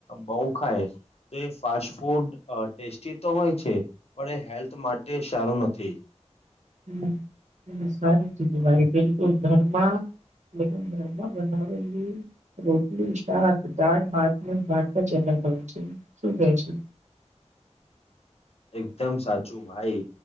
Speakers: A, on the left; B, on the right.
A: બઉ ખાય તો એ ફાસ્ટ ફૂડ ટેસ્ટી તો હોય છે. પણ એ હેલ્થ માટે સારું નથી.
B: હમ હમ એ સારું ચીધુ ભાઈ બિલકુલ. ઘરમાં ઘરમાં બનાવેલી રોટલી, શાક દાળ, ભાત ને ભાત જ હોય છે. શું કે છે?
A: <inaudible> એકદમ સાચું ભાઈ